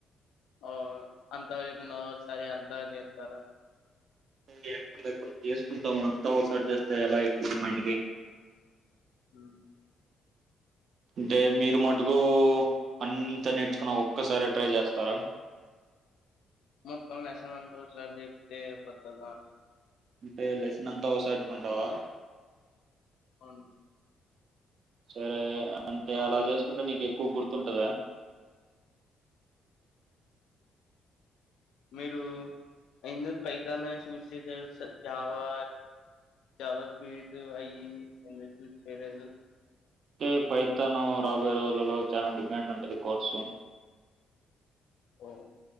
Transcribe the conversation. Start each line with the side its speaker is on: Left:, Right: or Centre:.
Left: హ అంతా అపోయిందా ఓసారి అంతా చేస్తారు
Right: ఏ ఎప్పుడికప్పుడు చేసుకుంటాము అంతా ఒకసారి చేస్తా ఎలా ఎక్కింది మడ్కి
Left: ఉహ్
Right: అంటే మీరు మట్టుకూ అంతా నేర్చుకుని ఆ ఒక్కసారే ట్రై చేస్తారా
Left: మొత్తం లెసన్ అంత ఒకసారి నేర్పితే అయిపోతదా అని
Right: అంటే లెసన్ అంతా ఓసారి చెప్పమటవా
Left: ఆవును
Right: సరే అంటే అలా చేస్కుంటే నీక్ ఎక్కు గుర్తుంటదా?
Left: మీరు ఎందుకు పైతానే చూస్ చేసారు సార్ జావా జావా స్వీట్ అయి ఎందుకు చూస్ చేయలేదు.
Right: టే పైతన్ రాబోయే రోజులలో చానా డిమాండ్ ఉంటది కోర్సు
Left: హ్మ్మ్